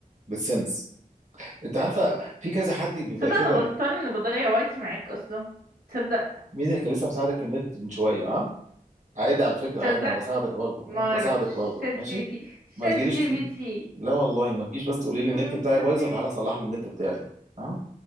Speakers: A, on the right; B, on the right.
A: بالسنس انت عارفه في كذا حد بيبقى
B: صدق
A: كده
B: انا غلطانه اني بضيع وقتي معاك اصلا تصدق
A: مين اللي كان لسه مساعدك في النت من شويه ها عادي على فكره
B: تصدق
A: عادي انا بساعدك برضه ها
B: ما اعرفش
A: بساعدك برضه
B: شات
A: ماشي
B: جي بي تي شات
A: ما تجيليش
B: جي
A: دي
B: بي تي
A: لا والله ما تجيش بس تقولي لي
B: أمم،
A: النت بتاعي
B: شات
A: بايظ
B: جي
A: وتعالى
B: بي
A: صلح
B: تي
A: لي النت بتاعي آه؟